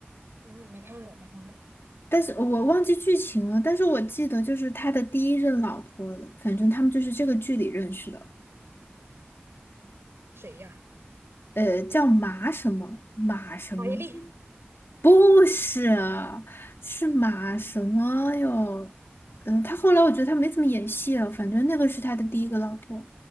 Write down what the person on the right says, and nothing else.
嗯，没看过，没看过，
谁呀？
马伊琍。